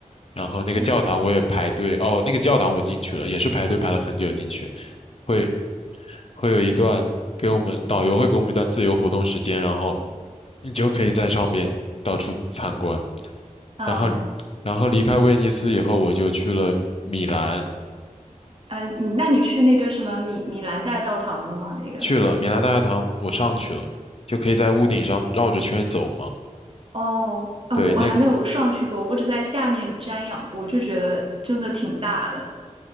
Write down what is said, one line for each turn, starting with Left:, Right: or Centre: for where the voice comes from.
Left: 然后那个教堂我也排队，
Right: 哦，
Left: 哦，那个教堂我进去了，也是排队排了很久进去。会会有一段给我们导游会给我们一段自由活动时间，然后你就可以在上面到处参观。
Right: 嗯，
Left: 然后，然后离开威尼斯以后，我就去了米兰，
Right: 哎，哎，你那你去那个什么米米兰大教堂了吗？那个？
Left: 去了米兰大教堂，我上去了，就可以在屋顶上绕着圈儿走嘛。
Right: 哦，啊，
Left: 对，
Right: 我我还没有上去过，
Left: 那
Right: 我只在下面瞻仰过，就觉得真的挺大的。